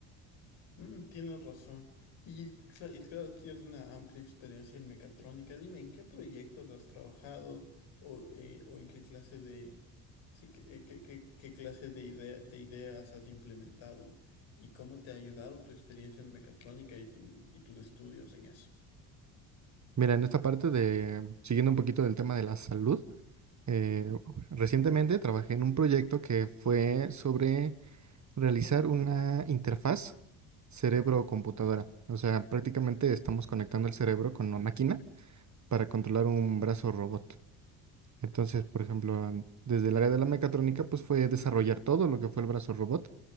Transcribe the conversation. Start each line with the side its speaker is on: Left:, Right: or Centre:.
Left: Mm, tienes razón. Y, cla- y claro, tienes una amplia experiencia en mecatrónica. Dime, ¿en qué proyectos has trabajado o, eh, o en qué clase de, sí, qué, eh, qué- qué- qué clase de idea- de ideas has implementado y cómo te ha ayudado tu experiencia en mecatrónica y tu, y tus estudios en eso?
Right: Mira, en esta parte de, siguiendo un poquito del tema de la salud, eh, recientemente trabajé en un proyecto que fue sobre realizar una interfaz cerebro-computadora. O sea, prácticamente estamos conectando el cerebro con una máquina para controlar un brazo robot. Entonces, por ejemplo, desde el área de la mecatrónica, pues fue desarrollar todo lo que fue el brazo robot